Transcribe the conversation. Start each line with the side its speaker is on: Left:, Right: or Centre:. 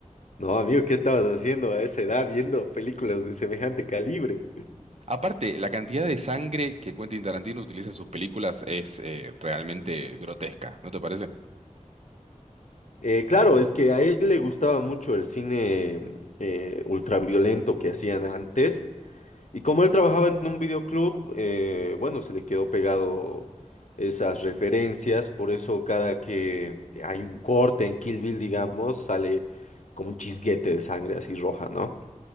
Left: No, amigo, ¿qué estabas haciendo a esa edad viendo películas de semejante calibre?
Right: Aparte, la cantidad de sangre que Quentin Tarantino utiliza en sus películas es eh, realmente grotesca, ¿no te parece?
Left: Eh, claro, es que a él le gustaba mucho el cine eh, ultraviolento que hacían antes. Y como él trabajaba en un videoclub, eh, bueno, se le quedó pegado esas referencias. Por eso cada que hay un corte en Kill Bill, digamos, sale como un chisguete de sangre así roja, ¿no?